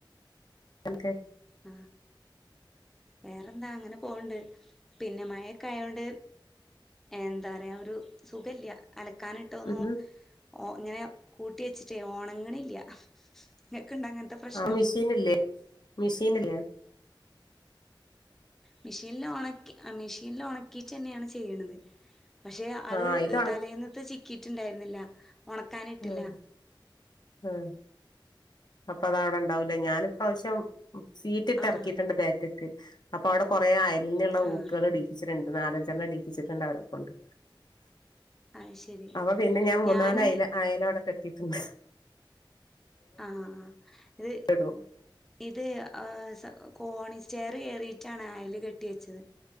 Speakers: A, on the left; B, in the centre.
A: എന്ക്കെ
B: ആ വേറെന്താ അങ്ങനെ പോവണ്ട് പിന്നെ മഴൊക്കെ ആയോണ്ട് എന്താ പറയുക ഒരു സുഖില്ല അലക്കാനയിട്ടൊന്നും
A: ഉം
B: ഓ ഇങ്ങനെ കൂട്ടി വെച്ചിട്ടേ ഓണങ്ങന് ഇല്ല്യ ഇങ്ങക്ക് ഇണ്ട അങ്ങനത്തെ പ്രശ്നം?
A: ആഹ് മിഷീൻ ഇല്ലേ മിഷീൻ ഇല്ലേ
B: മിഷീനിൽ ഉണക്കി ആ മിഷീനിൽ ഉണക്കിയിട്ട് തന്നെയാണ് ചെയ്യണത് പക്ഷെ അത്
A: ആ ഇത് ഒണക്കി
B: തലേന്നത്ത് ചിക്കിയിട്ടുണ്ടായിരുന്നില്ല ഉണക്കാനിട്ടില്ല
A: ഉം ഉം അപ്പൊ അത അവിടെ ഇണ്ടാവൂലേ ഞാനിപ്രവശ്യം സീറ്റ് ഇട്ട്
B: ആഹ്
A: ഇറക്കിട്ടുണ്ട് ബാക്കക്ക് അപ്പൊ അവിടെ കൊറെേ അയലിനുള്ള
B: ആഹ്
A: ഊക്കുകള് ഇഡീപ്പിച്ചിട്ടുണ്ട് നാലജെണ്ണം ഇഡീപ്പിട്ടുണ്ട് അവര കൊണ്ട്
B: അത് ശരി.
A: അപ്പൊ പിന്നെ ഞാൻ മൂന്നാല്
B: ഞാന്
A: അയല അയല അവിടെ കെട്ടിട്ടുണ്ട്
B: ആഹ് ആഹ് ഇത്
A: ടൊ
B: ഇത് ആ സ കോണി സ്റ്റെയർ കെറിയിട്ടാണ് അയൽ കെട്ടി വെച്ചത്